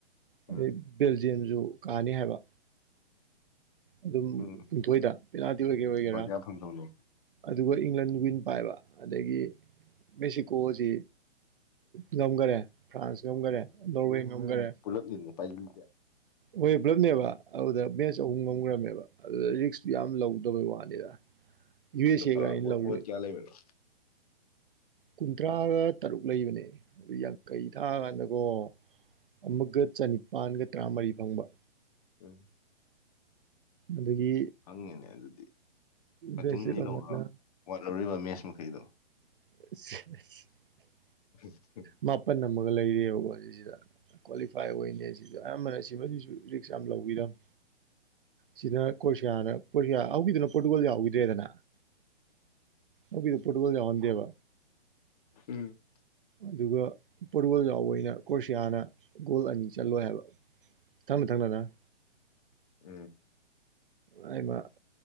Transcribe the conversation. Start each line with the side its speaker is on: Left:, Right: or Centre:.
Left: ꯎꯝ
Right: ꯑꯗꯩ
Left: ꯎꯝ
Right: ꯕꯦꯜꯖꯤꯌꯝꯁꯨ ꯀꯥꯅꯤ ꯍꯥꯏꯕ ꯑꯗꯨꯝ
Left: ꯎꯝ
Right: ꯄꯨꯨꯡꯊꯣꯏꯗ ꯄꯦꯅꯥꯜꯇꯤ ꯑꯣꯏꯒꯦ ꯑꯣꯏꯒꯦꯔꯥ
Left: ꯕꯒ꯭ꯌꯥ ꯐꯪꯗꯧꯅꯦ
Right: ꯑꯗꯨꯒ ꯏꯪꯂꯦꯟ ꯋꯤꯟ ꯄꯥꯏꯕ ꯑꯗꯒꯤ ꯃꯦꯛꯁꯤꯀꯣꯁꯤ ꯉꯝꯒꯔꯦ ꯐ꯭ꯔꯥꯟꯁ ꯉꯝꯒꯔꯦ ꯅꯣꯔꯋꯦ ꯉꯝꯒꯔꯦ
Left: ꯂꯤꯟꯅ ꯄꯥꯏꯕꯤꯒꯦ
Right: ꯍꯦ ꯄꯨꯂꯞꯅꯦꯕ ꯑꯗꯨꯗ ꯃꯦꯠꯆ ꯑꯍꯨꯝ ꯉꯝꯒ꯭ꯔꯝꯃꯦꯕ ꯑꯗꯨꯗ ꯔꯤꯛꯁꯇꯨ ꯌꯥꯝ ꯂꯧꯗꯕꯩ ꯋꯥꯅꯤꯗ ꯌꯨ ꯑꯦꯁ
Left: ꯅꯨꯄꯥ
Right: ꯑꯦꯒ ꯑꯩꯅ
Left: ꯑꯣꯠ
Right: ꯂꯧꯔꯤ
Left: ꯑꯣꯠ ꯀꯌꯥ ꯂꯩꯕꯅꯣ
Right: ꯀꯨꯟꯊ꯭ꯔꯥꯒ ꯇꯔꯨꯛ ꯂꯩꯕꯅꯦ ꯑꯗꯨ ꯌꯥꯡꯈꯩ ꯊꯥ ꯀꯥꯟꯗꯀꯣ ꯑꯃꯨꯛꯀ ꯆꯅꯤꯄꯥꯟꯒ ꯇꯔꯥꯃꯔꯤ ꯐꯪꯕ
Left: ꯎꯝ
Right: ꯑꯗꯨꯒꯤ
Left: ꯍꯪꯉꯦꯅꯦ ꯑꯗꯨꯗꯤ ꯃꯇꯨꯡ
Right: ꯕꯦꯁꯂꯤꯞ
Left: ꯏ ꯂꯧꯔ
Right: ꯑꯃꯅ
Left: ꯋꯥꯠꯍꯧꯔꯤꯕ ꯃꯦꯁ ꯃꯈꯩꯗꯣ
Right: <unintelligible>
Left: <unintelligible>
Right: ꯃꯥꯄꯟ ꯑꯃꯒ ꯂꯩꯔꯤꯑꯕꯀꯣ ꯁꯤꯁꯤꯗ ꯀ꯭ꯋꯥꯂꯤꯐꯥꯏ ꯑꯣꯏ ꯁꯤꯗ ꯑꯌꯥꯝꯕꯅ ꯁꯤꯃꯁꯨ ꯔꯤꯛꯁ ꯌꯥꯝ ꯂꯧꯕꯤꯔꯝꯃꯦ ꯁꯤꯅ ꯀꯣꯁꯤꯌꯥꯅ ꯀꯣꯁꯤꯌꯥ ꯍꯧꯒꯤꯗꯨꯅ ꯄꯣꯔꯇꯨꯒꯜ ꯌꯥꯎꯈꯤꯗ꯭ꯔꯦꯗꯅ ꯑꯣꯛꯣꯏꯗ ꯄꯨꯣꯠꯀꯣꯗ ꯌꯥꯎꯟꯗꯦꯕ
Left: ꯎꯝ
Right: ꯑꯗꯨꯒ ꯄꯔꯨꯇꯨꯒ꯭ꯔꯤ ꯌꯥꯎꯕꯩꯅ ꯀ꯭ꯔꯣꯁꯤꯌꯥꯅ ꯒꯣꯜ ꯑꯅꯤ ꯆꯠꯂꯣꯏ ꯍꯥꯏꯕ ꯊꯝꯅ ꯊꯥꯡꯅꯗꯅ
Left: ꯎꯝ
Right: ꯍꯥꯏꯃ